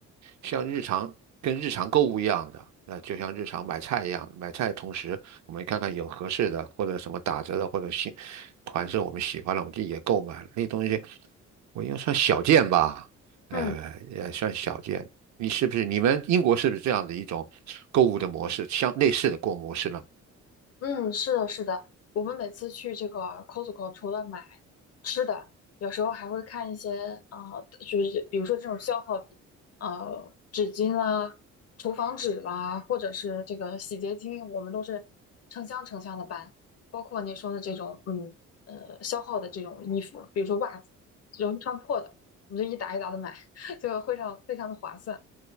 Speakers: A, on the right; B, on the left.
A: 像日常跟日常购物一样的，那就像日常买菜一样，买菜的同时我们看看有合适的或者什么打折的或者新款式我们喜欢的，我们自己也购买了，那东西，我应该算小件吧，呃也算小件。
B: 嗯
A: 你是不是你们英国是不是这样的一种购物的模式，像类似的购物模式呢？
B: 嗯，是的，是的，我们每次去这个 Costco，除了买吃的，有时候还会看一些呃，就是比如说这种消耗品，呃，纸巾啦、厨房纸啦，或者是这个洗洁精，我们都是成箱成箱的搬，包括您说的这种，嗯，呃，消耗的这种衣服，比如说袜子，容易穿破的，我们就一打一打的买，<laughs> 就非常非常的划算。